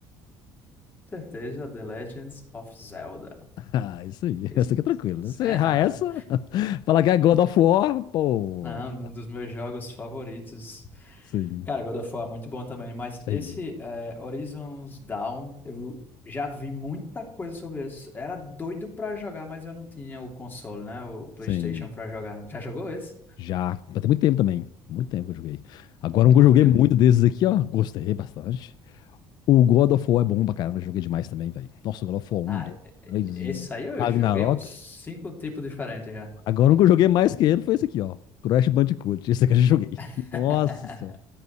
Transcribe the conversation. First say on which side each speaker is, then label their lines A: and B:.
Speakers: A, on the left (about 25°); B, on the left (about 55°).
A: certeza, The Legends of Zelda.
B: Ah, isso aí. <laughs>
A: Esse-
B: Essa aqui é tranquila.
A: Sem
B: né? Você errar
A: errar,
B: essa,
A: né?
B: <laughs> falar que é God of War, pô.
A: Não, um dos meus jogos favoritos.
B: Sim,
A: Cara, God of War é muito bom também, mas
B: sim,
A: esse é, Horizons Dawn, eu já vi muita coisa sobre isso. Era doido pra jogar, mas eu não tinha o console, né? O PlayStation
B: sim.
A: pra jogar. Já jogou esse?
B: Já. Mas tem muito tempo também. Muito tempo que eu joguei. Agora um
A: Curtiu?
B: que eu joguei muito desses aqui, ó. Gostei bastante. O God of War é bom pra caramba. eu Joguei demais também, velho. Nossa, o God of War um,
A: Ah,
B: 2,
A: e- e-
B: 3
A: esse
B: e
A: aí eu
B: Ragnarok.
A: joguei uns cinco tipos diferentes já.
B: Agora um que eu joguei mais que ele foi esse aqui, ó. Crash Bandicoot. Esse aqui eu já joguei.
A: <laughs>
B: <laughs> Nossa senhora.